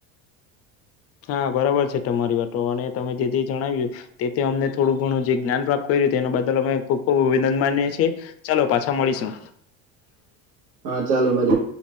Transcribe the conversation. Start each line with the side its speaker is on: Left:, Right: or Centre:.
Left: હા, બરાબર છે. તમારી વાટો, અને તમે જે જે જણાવ્યું તે તે અમને થોડું ઘણું જે જ્ઞાન પ્રાપ્ત કર્યું. તેના બદલ અમે ખુબ ખુબ અભિનંદ માનીએ છીએ. ચલો, પાછા મળીશું.
Right: હા, ચાલો મડીએ.